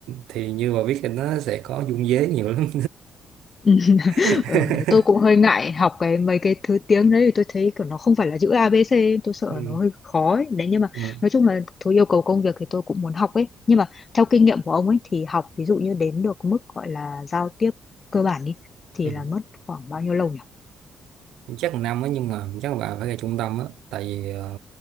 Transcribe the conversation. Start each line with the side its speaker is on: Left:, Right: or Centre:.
Right: thì như mà biết thì nó sẽ có dung dế nhiều lắm
Left: ừ, <laughs>
Right: <laughs>
Left: Ờ, đấy tôi cũng hơi ngại học cái mấy cái thứ tiếng đấy thì tôi thấy kiểu nó không phải là chữ A B C tôi sợ
Right: ừ.
Left: nó hơi khó ấy. đấy nhưng mà
Right: Ừ.
Left: nói chung là thứ yêu cầu công việc thì tôi cũng muốn học ấy nhưng mà theo kinh nghiệm của ông ấy thì học ví dụ như đến được mức gọi là giao tiếp cơ bản đi thì
Right: Ừ.
Left: là mất khoảng bao nhiêu lâu nhỉ
Right: chắc là năm á nhưng mà chắc là bà phải ra trung tâm á tại vì ờ,